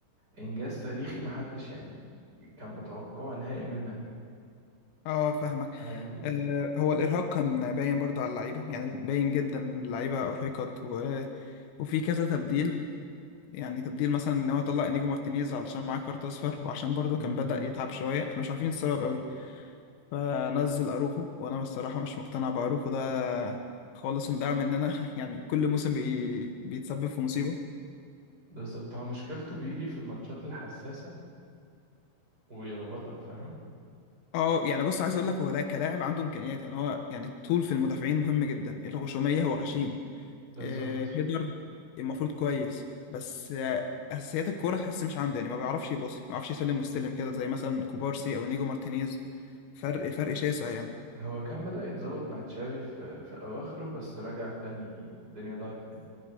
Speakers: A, on the right; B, on the left.
A: انجاز تاريخي محدش يعني كان متوقعه نهائي منك
B: اه فاهمك
A: فاهمني
B: آه هو الارهاق كان باين برضه على اللعيبه يعني باين جدا اللعيبه ارهقت و... وفي كذا تبديل يعني تبديل مثلا ان هو طلع انيجو مارتينيز علشان معاه كارت اصفر وعشان برضه
A: امم
B: كان بدأ يتعب شويه احنا مش عارفين السبب قوي فنزل اروخو وانا بصراحه مش مقتنع باروخو ده خالص ومدعم مننا <laughs> يعني كل موسم بي... بيتسبب في مصيبه
A: بالظبط هو مشكلته بيجي في الماتشات الحساسة ويخبطك فاهم
B: اه يعني بص عايز اقول لك هو لا كلاعب عنده امكانيات يعني هو يعني الطول في المدافعين مهم جدا الغشوميه هو غشيم
A: بالظبط
B: آه، هيدر المفروض كويس بس آه، اساسيات الكوره تحس مش عنده يعني ما بيعرفش يباصي ما بيعرفش يسلم ويستلم كده زي مثلا كوبارسي او نيجو مارتينيز فرق فرق شاسع يعني
A: هو كان بدأ يتظبط مع تشافي في, في أواخره بس رجع تاني الدنيا ضاعت منه